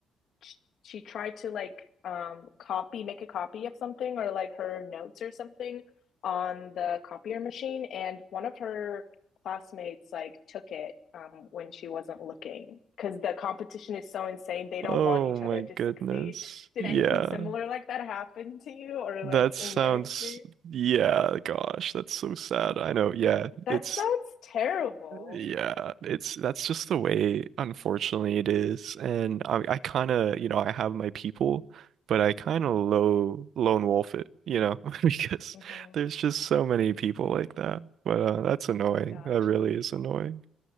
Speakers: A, on the left (about 65°); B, on the right (about 65°).
A: sh- she tried to like um copy, make a copy of something or like her notes or something on the copier machine, and one of her classmates like took it um when she wasn't looking because the competition is so insane. They don't
B: Oh
A: want each
B: my
A: other to
B: goodness.
A: succeed. Did
B: Yeah.
A: anything similar like that happen to you or
B: That
A: like
B: sounds,
A: in your experience?
B: yeah, gosh, that's so sad. I know. Yeah,
A: That
B: it's
A: sounds terrible.
B: Yeah, it's that's just the way, unfortunately, it is. And I, I kind of, you know, I have my people, but I kind of low lone wolf it, you know, <laughs> because
A: hmm
B: there's just so many people like that. But uh, that's annoying.
A: Gotcha.
B: That really is annoying.